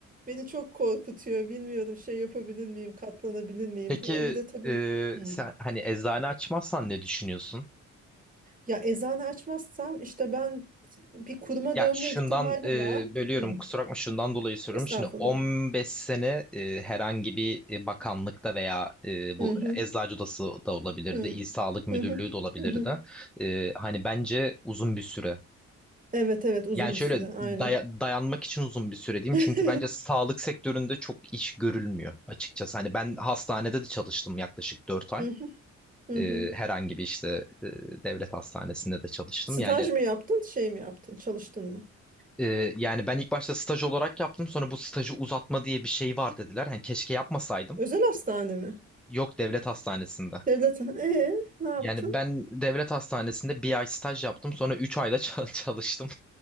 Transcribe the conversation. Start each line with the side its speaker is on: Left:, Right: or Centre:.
Right: beni çok korkutuyor. Bilmiyorum şey yapabilir miyim, katlanabilir
Centre: <laughs>
Right: miyim
Centre: Peki
Right: diye. Bir de tabii
Centre: e,
Right: Hmm.
Centre: sen hani eczane açmazsan ne düşünüyorsun?
Right: ya eczane açmazsam işte ben bir kuruma
Centre: Ya
Right: dönme
Centre: şundan
Right: ihtimali
Centre: e,
Right: var.
Centre: bölüyorum
Right: Hmm.
Centre: kusura bakma şundan dolayı soruyorum.
Right: Estağfurullah.
Centre: Şimdi 15 sene e, herhangi bir e, bakanlıkta veya e, bu
Right: Hı hı.
Centre: Eczacı Odası da olabilirdi.
Right: Hı
Centre: İl
Right: hı.
Centre: Sağlık Müdürlüğü
Right: Hı
Centre: de olabilirdi.
Right: hı. hı.
Centre: E, hani bence uzun bir süre.
Right: Evet evet uzun
Centre: Yani şöyle
Right: bir süre aynen.
Centre: daya- dayanmak için uzun bir süre diyeyim.
Right: <laughs> Hı
Centre: Çünkü bence sağlık sektöründe çok iş görülmüyor açıkçası. Hani ben hastanede de çalıştım yaklaşık 4 ay.
Right: hı. Hı
Centre: E,
Right: hı.
Centre: herhangi bir işte e, devlet hastanesinde de çalıştım.
Right: Staj
Centre: Yani
Right: mı yaptın, şey mi yaptın, çalıştın mı?
Centre: Ee, yani ben ilk başta staj olarak yaptım. Sonra bu stajı uzatma diye bir şey var dediler. Hani keşke yapmasaydım.
Right: Özel hastane mi?
Centre: Yok devlet hastanesinde.
Right: Devlet. Ee, ne yaptın?
Centre: Yani ben devlet hastanesinde bir ay staj yaptım. Sonra üç ayda ça- <laughs> çalıştım.